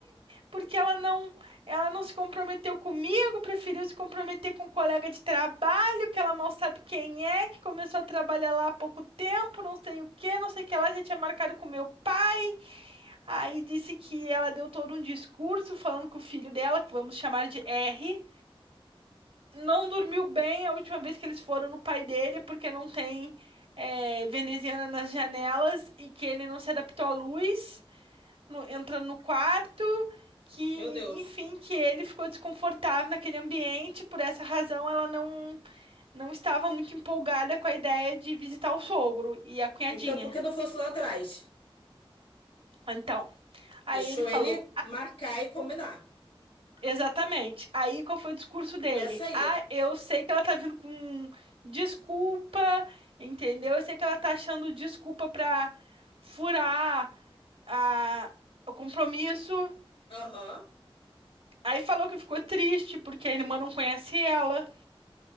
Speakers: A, on the right; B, on the left.
A: Porque ela não, ela não se comprometeu comigo, preferiu se comprometer com um colega de trabalho, que ela mal sabe quem é, que começou a trabalhar lá há pouco tempo, não sei o que, não sei o que lá, já tinha marcado com meu pai. Aí disse que ela deu todo um discurso falando que o filho dela, que vamos chamar de R, não dormiu bem a última vez que eles foram no pai dele, porque não tem eh, veneziana nas janelas e que ele não se adaptou à luz no- entra no quarto, que,
B: Meu Deus.
A: enfim, que ele ficou desconfortável naquele ambiente, por essa razão ela não não estava muito empolgada com a ideia de visitar o sogro e a cunhadinha.
B: Então, por que não fosse lá atrás?
A: Então, aí
B: Deixou
A: ele falou
B: ele marcar e combinar.
A: Exatamente. Aí qual foi o discurso dele?
B: Começa aí.
A: Ah, eu sei que ela tá vindo com desculpa, entendeu? Eu sei que ela tá achando desculpa pra furar a, o compromisso.
B: Aham,
A: Aí falou que ficou triste porque a irmã não conhece ela.